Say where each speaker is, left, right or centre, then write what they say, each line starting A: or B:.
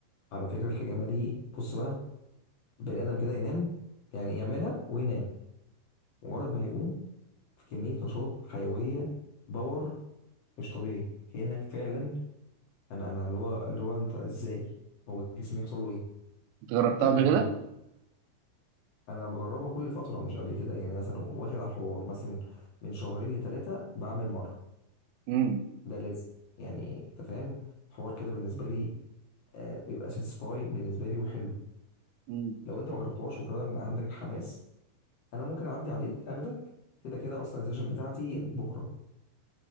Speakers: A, on the left; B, on the right.
A: على فكرة الحجامة دي بص بقى البني آدم كده ينام يعني يعملها وينام مجرد ما هيقوم في كميه نشاط حيويه باور مش طبيعي كانك فعلا انا انا اللي هو اللي هو انت ازاي هو جسمي يحصل له ايه
B: انت جربتها
A: ايه الموضوع
B: قبل كده؟
A: انا بجربها كل فتره مش قبل كده يعني مثلا أقوم واخد على الحوار مثلا من شهرين لثلاثه بعمل مره
B: امم
A: ده لازم يعني انت فاهم الحوار كده بالنسبه لي آه، بيبقى ساتسفاي بالنسبه لي وحلو
B: امم
A: لو انت ما جربتهاش وفعلا عندك الحماس انا ممكن اعدي عليك اخدك كده كده اصلا السيشن بتاعتي بكره